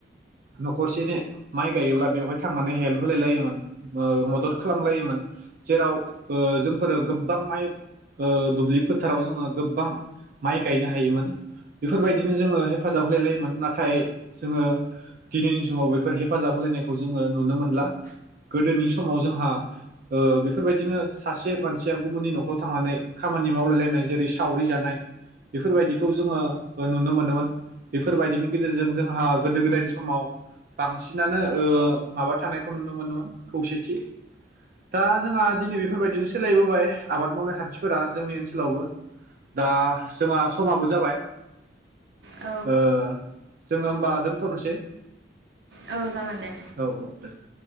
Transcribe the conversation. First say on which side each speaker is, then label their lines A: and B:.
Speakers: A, on the right; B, on the right.
A: न'खरसे माइ गायोब्ला बेवहाय थांनानै हेल्प होलाय लायोमोन ओ मदद खालामलायोमोन जेराव ओ जोंफोरो गोबां माइ ओ दुब्लि फोथाराव जोङो गोबां माइ गायनो हायोमोन बेफोरबायदि बिदिनो जोङो हेफाजाब होलायलायोमोन नाथाय जोङो दिनैनि जुगाव बेफोर हेफाजाब होलायनायखौ जोङो नुनो मोनला गोदोनि समाव जोंहा ओ बेफोरबायदिनो सासे मानसिया गुबुननि न'खराव थांनानै खामानि मावलाय लायनाय जेरै सावरि जानाय बेफोरबायदिखौ जोङो ओ नुनो मोनदोंमोन बे फोरबायदिनि गेजेरजों जोंहा गोदो गोदायनि समाव बांसिनानो ओ माबा थानायखौ नुनो मोनोमोन खौसेथि दा जोंहा दिनै बेफोरबायदिनो सोलायबोबाय आबाद मावनाय खान्थिफोरा जोंनि ओनसोलावबो दा जोंहा समाबो जाबाय
B: औ
A: ओ जोङो होमबा दोन थनोसै
B: औ जागोन दे
A: औ औ दे